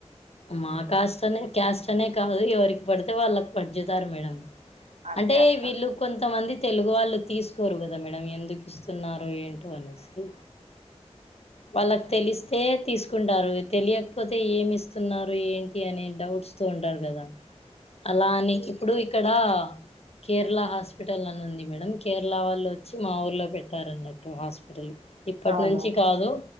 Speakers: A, on the left; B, on the right.
A: మా కాస్ట్ అనే క్యాస్ట్ అనే కాదు ఎవరికి పడితే వాళ్ళకి పడుంచుతారు మేడం
B: అంతే
A: అంటే
B: అంటారు
A: వీళ్ళు కొంతమంది తెలుగు వాళ్ళు తీసుకోరు కదా మేడం ఎందుకు ఇస్తున్నారో ఏంటో అనేసి వాళ్ళకు తెలిస్తే తీసుకుంటారు తెలియకపోతే ఏమి ఇస్త స్తున్నారు ఏంటి అనే డౌట్స్ తో ఉంటారు కదా అలాని ఇప్పుడు క్కడ కేరళ హాస్పిటల్ అని ఉంది మేడం కేరళ వాళ్ళు వచ్చి మా ఊర్లో పెట్టారు అన్నట్టు హాస్పిటల్ ఇప్పటి
B: అవును
A: నుంచి కాదు